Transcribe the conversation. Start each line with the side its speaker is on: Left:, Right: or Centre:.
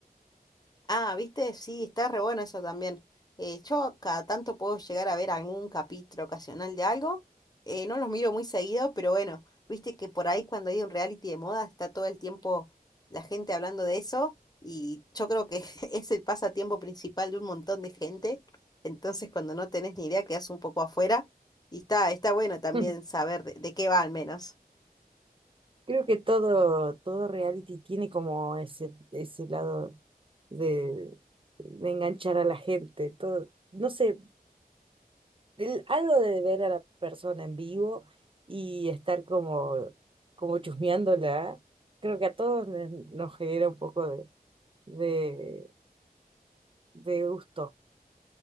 Left: Ah, viste, sí, está re bueno eso también. Eh, yo cada tanto puedo llegar a ver algún capítulo ocasional de algo. Eh, no los miro muy seguido, pero bueno, viste que por ahí cuando hay un reality de moda está todo el tiempo la gente hablando de eso y yo creo que <laughs> es el pasatiempo principal de un montón de gente. Entonces cuando no tenés ni idea quedás un poco afuera y está, está bueno también
Right: <laughs>
Left: saber de de qué va al menos.
Right: Creo que todo, todo reality tiene como ese, ese lado de, de enganchar a la gente, todo, no sé, el- algo de ver a la persona en vivo y estar como, como chusmeándola, creo que a todos les- nos genera un poco de, de, de gusto.